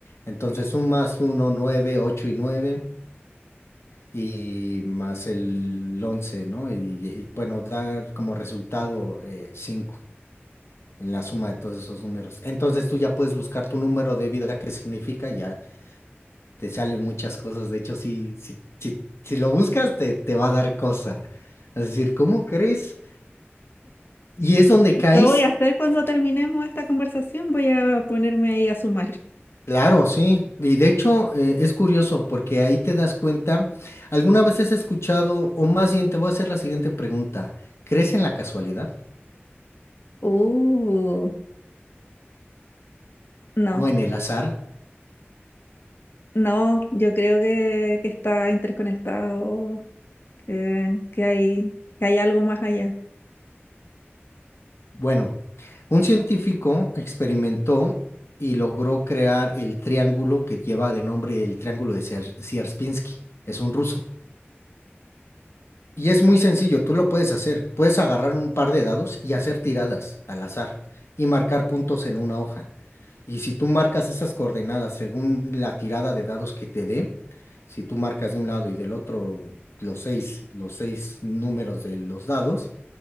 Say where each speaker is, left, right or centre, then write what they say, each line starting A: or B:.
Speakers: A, on the left (about 85°); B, on the left (about 55°).
A: Entonces sumas uno 9 8 y 9 y más el once ¿no? Y, y, bueno, dar como resultado eh, cinco la suma de todos esos números. Entonces tú ya puedes buscar tu número de vida, qué significa, ya te salen muchas cosas. De hecho, si, si, si, si lo buscas, te, te va a dar cosa. Es decir, ¿cómo crees? Y es donde caes.
B: Lo voy a hacer cuando terminemos esta conversación, voy a ponerme ahí a sumar.
A: Claro, sí. Y de hecho, eh, es curioso porque ahí te das cuenta. ¿Alguna vez has escuchado, o más bien te voy a hacer la siguiente pregunta? ¿Crees en la casualidad
B: Uh, No,
A: o en el azar?
B: no, yo creo que, que está interconectado, que, que hay, que hay algo más allá.
A: Bueno, un científico experimentó y logró crear el triángulo que lleva de nombre el triángulo de Sier- Sierpinski. Es un ruso. Y es muy sencillo, tú lo puedes hacer. Puedes agarrar un par de dados y hacer tiradas al azar y marcar puntos en una hoja. Y si tú marcas esas coordenadas según la tirada de dados que te dé, si tú marcas de un lado y del otro los seis, los seis números de los dados,